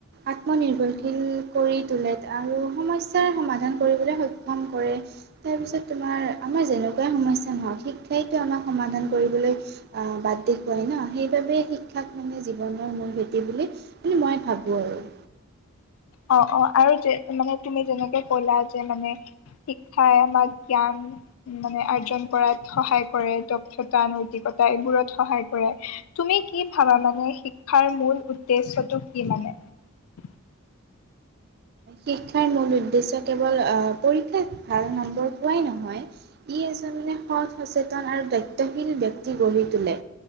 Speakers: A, on the right; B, on the left.
A: আত্মনিৰ্ভৰশীল কৰি তোলে আৰু সম স্যাৰ সমাধান কৰিবলৈ সক্ষম কৰে। তাৰপিছত তোমাৰ আমাৰ যেনেকুৱাই সমস্যা নহওক শিক্ষাইতো আমাক সমাধান কৰিবলৈ বাত অ, দেখুৱাই না সেইবাবেই শিক্ষাক মানে জীৱনৰ মূল ভেটি বুলি মানে মই ভাবোঁ আৰু।
B: অ - অ আৰু যে মানে তুমি যেনেকে কলা যে মানে। শিক্ষাই আমাক জ্ঞান মানে আৰ্জন কৰাত সহায় কৰে দক্ষতা নৈতিকত টাইবোৰত সহায় কৰে তুমি কি ভাবা মানে শিক্ষাৰ মূল উদ্দেশ্যটো কি মানে? <inaudible>
A: শিক্ষাৰ মূল উদ্দেশ্য কেৱল পৰীক্ষাত ভাল নম্বৰ পোৱাই নহয়, ই তাৰমানে সৎ, সচেতন আৰু দায়িত্বশীল ব্যক্তি গঢ়ি তোলে